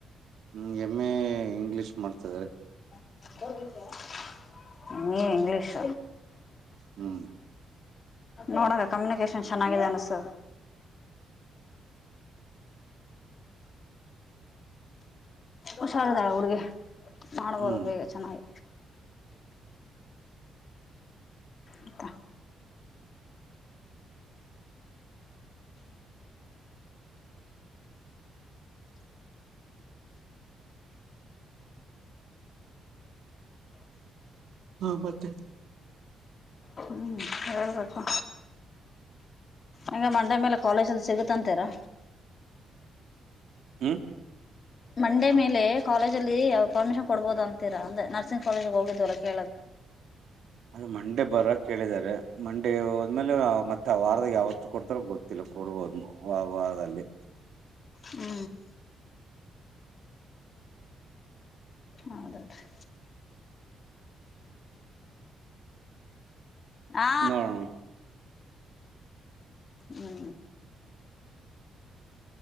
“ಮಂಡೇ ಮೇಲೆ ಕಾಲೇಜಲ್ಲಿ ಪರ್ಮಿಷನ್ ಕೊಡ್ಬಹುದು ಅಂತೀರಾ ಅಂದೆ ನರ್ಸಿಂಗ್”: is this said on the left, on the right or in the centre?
Left